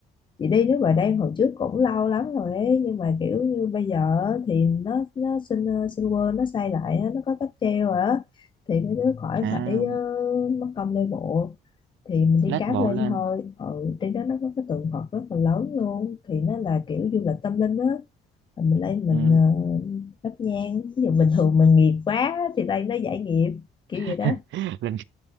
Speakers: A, on the left; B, on the right.
A: chị đi nước ngoài Đan hồi trước cũng lâu lắm rồi ấy nhưng mà kiểu như bây giờ thì nó nó xin ờ, xin quên nó xây lại á, nó có cáp treo rồi á thì mấy đứa khỏi
B: À,
A: phải ờ, mất công lên bộ thì mình đi
B: lết
A: cáp
B: bộ
A: lên
B: lên,
A: thôi ừ, trên đó nó có cái tượng Phật rất là lớn luôn thì nó là kiểu du lịch tâm linh á Rồi mình lên mình
B: ừm,
A: ờ, thắp nhang ví dụ bình thường mình nghiệp quá thì đây nó giải nghiệp kiểu
B: <laughs>
A: vậy đó
B: lên